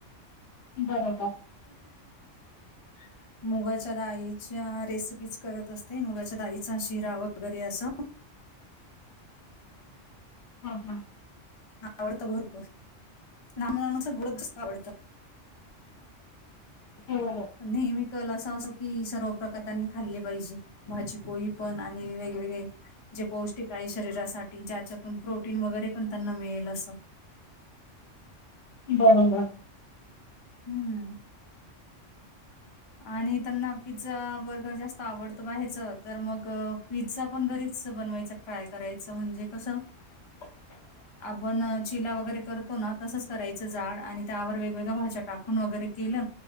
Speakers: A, on the left; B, on the left.
A: बरोबर
B: <unintelligible>
A: <unintelligible>
B: मुगाच्या दाईच्या रेसिपीज करत असते, मुगाच्या दाईचा शिरा वगैरे असं.
A: <unintelligible> ह हा.
B: आवडतं भरपूर लहान मुलांना गोडच जास्त आवडत.
A: हो
B: नेहमी. कल अस असो की सर्व प्रकार त्यांनी खाल्ले पाहिजे, भाजीपोळी पण आणि व जे पौष्टिक आहे शरीरासा ज्याच्यातून प्रोटीन वगैरे पण त्यांना मिळेल अस.
A: बरोबर.
B: हम्म. आणि त्यांना पिझ्झा, बर्गर जास्त आवडत बाहेरचं तर मग पिझ्झा पण घरीच कस बनवायच ट्राय करायचं म्हणजे कसं?
A: <unintelligible>
B: आपण चिला वगैरे करतो ना तसंच करायचं जाड आणि त्यावर वेगवेगळ्या भाज्या टाकून वगैरे केली